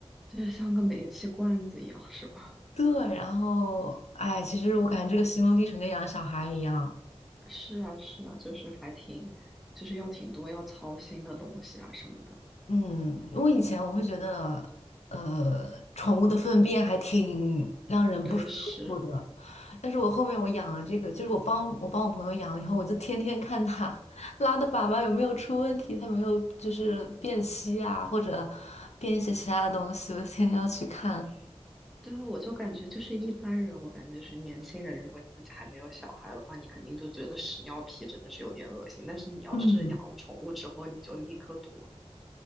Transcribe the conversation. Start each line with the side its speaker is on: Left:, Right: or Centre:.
Centre: 就是像个煤气罐子一样，是吧？
Left: <laughs> 对，然后哎，其实我感觉这个心路历程跟养小孩一样。
Centre: <laughs> 是啊是啊，就是还挺，就是要挺多要操心的东西啊什么的。
Left: 嗯，我以前我会觉得，呃，宠物的粪便还挺让人不舒服的，
Centre: 对，是。
Left: 但是我后面我养了这个，就是我帮我帮我朋友养了以后，我就天天看它拉的粑粑有没有出问题，它没有就是变稀啊，或者变一些其他的东西，我天天要去看。
Centre: 对啊，我就感觉就是一般人，我感觉就是年轻人，如果你自己还没有小孩的话，你肯定都觉得屎尿屁真的是有点恶心。但是你要是养了宠物之后，
Left: 嗯，
Centre: 你就立刻脱敏